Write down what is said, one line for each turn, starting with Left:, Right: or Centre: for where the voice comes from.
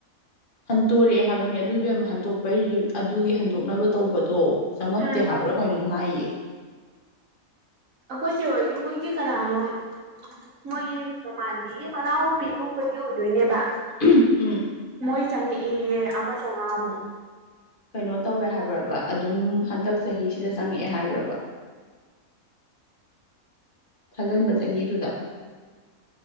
Left: ꯍꯟꯇꯣꯔꯛꯑꯦ ꯍꯥꯏꯕꯅꯦ ꯑꯗꯨ ꯕꯦꯝꯃ ꯍꯟꯇꯣꯛꯄꯩ ꯑꯗꯨꯒꯤ ꯍꯟꯗꯣꯛꯅꯕ ꯇꯧꯕꯗꯣ ꯆꯪꯉꯛꯇꯦ
Right: ꯎꯝ
Left: ꯍꯥꯏꯕ꯭ꯔꯥ ꯀꯩꯅꯣꯝ ꯍꯥꯏꯌꯦ꯫
Right: ꯑꯩꯈꯣꯏ ꯆꯦ ꯍꯣꯏꯒꯤ ꯃꯣꯏꯒꯤ ꯀꯅꯥꯅꯣ ꯃꯣꯏꯒꯤ ꯃꯃꯥꯟꯅꯕꯤꯒꯤ ꯃꯅꯥꯎꯄꯤꯒꯨꯝꯕꯒꯤ ꯑꯣꯏꯗꯣꯏꯅꯦꯕ꯫
Left: ꯎꯝ
Right: ꯃꯣꯏ ꯆꯪꯉꯛꯏꯌꯦ ꯑꯃ ꯆꯥꯎꯉꯥꯃꯨꯛ
Left: ꯀꯩꯅꯣ ꯇꯧꯋꯦ ꯍꯥꯏꯕ꯭ꯔꯕ ꯑꯗꯨꯝ ꯍꯟꯇꯛ ꯆꯍꯤꯁꯤꯗ ꯆꯪꯉꯛꯑꯦ ꯍꯥꯏꯕ꯭ꯔꯕ ꯊꯥꯖꯤꯟꯕ ꯆꯍꯤꯗꯨꯗ